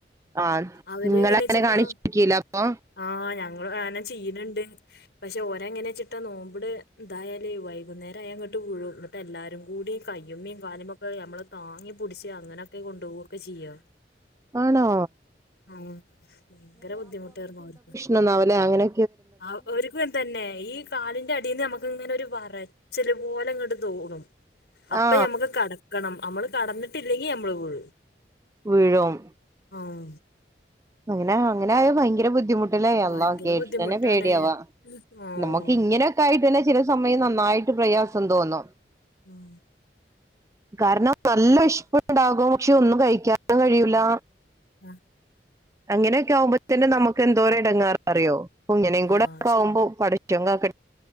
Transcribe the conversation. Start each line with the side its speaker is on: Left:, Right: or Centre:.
Right: ആം
Left: അവര്
Right: നിങ്ങളങ്ങനെ
Left: എങ്ങനെ വെച്ചിട്ടാ
Right: കാണിച്ചീലപ്പം
Left: ആഹ് ഞങ്ങളും അങ്ങനെ ചെയ്യ്ണ് ണ്ട് പക്ഷെ ഓരെങ്ങനി വെചിട്ട നോമ്പിന് എന്തായാല് വൈകുന്നേരായ ഇങ്ങട്ട് വിഴും ന്നിട്ട് എല്ലാരും കൂടി കയ്യുമ്മേം കാലുമ്മൊക്ക നമ്മള് താങ്ങി പിടിച്ച് അങ്ങനൊക്കെ കൊണ്ടോവക്ക ചെയ്യാ
Right: ആണോ
Left: അയ ഭയങ്കര ബുദ്ധിമുട്ടായിരുന്നു അവർക്ക്
Right: നന്നാവൂല അങ്ങനെ
Left: ആഹ് ഒരു ഇപ്പത്തന്നെ ഈ കാലിന്റെ അടീന്ന് നമ്മക്ക് ഇങ്ങനെ ഒരു വറച്ചില് പോലങ്ങട്ട് തോന്നും അപ്പ
Right: ആ
Left: ഞമ്മക്ക് കടക്കണം നമ്മള് കടന്നിട്ടില്ലെങ്കി നമ്മള് വീഴും
Right: വീഴും
Left: ആം
Right: അങ്ങനെ അങ്ങനെയായാ ഭയങ്കര ബുദ്ധിമുട്ട് ലെ അള്ളാ
Left: ഭയങ്കര
Right: കേട്ടിട്ടന്നെ
Left: ബുദ്ധിമുട്ടാണ്
Right: പേടിയാവാ
Left: ആഹ്
Right: നമ്മക്ക് ഇങ്ങനെ ആയിട്ടന്നെ ചില സമയം നന്നായിട്ട് പ്രയാസം തോന്നും
Left: ഉം
Right: കാരണം നല്ല വെശ്പ്പിണ്ടാകും പക്ഷെ ഒന്നും കഴിക്കാൻ കഴിയൂല
Left: ആ
Right: അങ്ങനെയൊക്കെ ആവുമ്പോ തന്നെ നമ്മക്ക് എന്തോരം എടങ്ങേറാ അറിയോ അങ്ങനേം കൂടക്കെ
Left: ആഹ്
Right: ആകുമ്പോ പടച്ചോൻ കാക്ക്